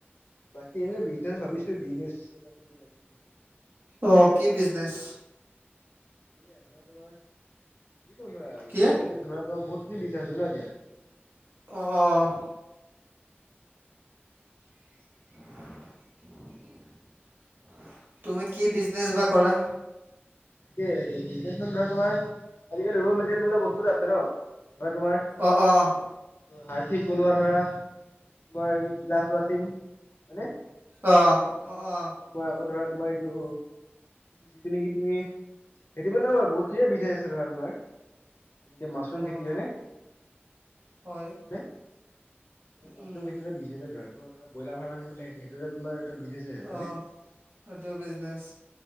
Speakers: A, on the left (about 60°); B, on the right (about 55°).
A: বাকী এনে বিজনেছ ভাবিছো বিজনেছ এটা কৰিব লাগিছিল বুলি
B: অ কি বিজনেছ
A: য়া ধৰা তোমাৰ কি কোন ধৰাজিই
B: কি অ'
A: ধৰা তোমাৰ বহুত কি বিচাৰিছে ন এতিয়া
B: অহ অহ <unintelligible> তুমি কি বিজনেচ বা কৰা
A: তাকেই তাকে বিজনেছ মানে ধৰা তোমাৰ আজিকালি ল মেটেৰিয়েল বোলা বস্তু এটা আছে ন বা তোমাৰ
B: অ' অ'
A: হাৰফিক বনোৱা ধৰা তোমাৰ গ্লাছ ৱাছিং হয়নে
B: অ অ' অ'
A: মই তোমাৰ আকৌ ধৰা তোমাৰ এইযোৰ যিটো নেকি তুমি সেইটো পে ন বাৰু বহুতখিনিয়ে বিজনেচ আছে ধৰা তোমাৰ তেনেকে মাছৰুম
B: অ'
A: খেতি হয়নে হয়নে
B: হয়
A: মাছৰুম
B: উম,
A: খেতিটো বিজনেছে ধৰা ব্ৰইলাৰ ফাৰ্ম এখন খুলিলে সেইটো তোমাৰ এটা বিজনেছে হয়নে?
B: অ সেটো বিজনেছ